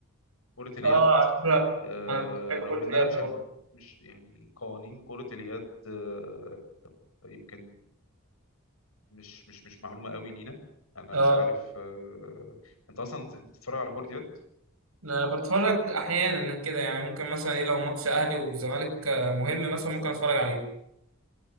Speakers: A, on the left (about 85°); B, on the right (about 85°).
A: كره اليد
B: اه على فكرة
A: آه،
B: انا بحب
A: رغم
B: كرة
A: ان
B: اليد
A: انا مش
B: برضه
A: مش يعني قوانين كره اليد آه، يمكن مش مش مش معلومه قوي لينا انا
B: اه
A: مش عارف آه، انت اصلا بتتفرج على كره يد
B: أنا بتفرج احيانا كده يعني ممكن مثلا ايه لو ماتش اهلي والزمالك آه، مهم مثلا ممكن اتفرج عليه